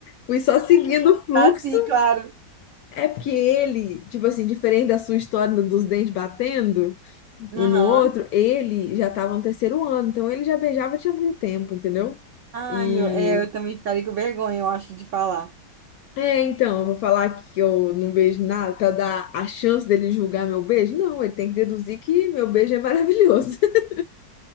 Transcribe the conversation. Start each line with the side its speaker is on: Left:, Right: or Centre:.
Left: Fui só seguindo o fluxo.
Right: Ah, sim, claro.
Left: É porque ele, tipo assim, diferente da sua história dos dentes batendo,
Right: Aham.
Left: um no outro, ele já estava no terceiro ano, então ele já beijava tinha muito tempo, entendeu?
Right: Ai,
Left: E
Right: meu, é, eu também ficaria com vergonha, eu acho, de falar.
Left: é, então, eu vou falar que eu não beijo nada pra dar a chance dele julgar meu beijo? Não, ele tem que deduzir que meu beijo é maravilhoso. <laughs>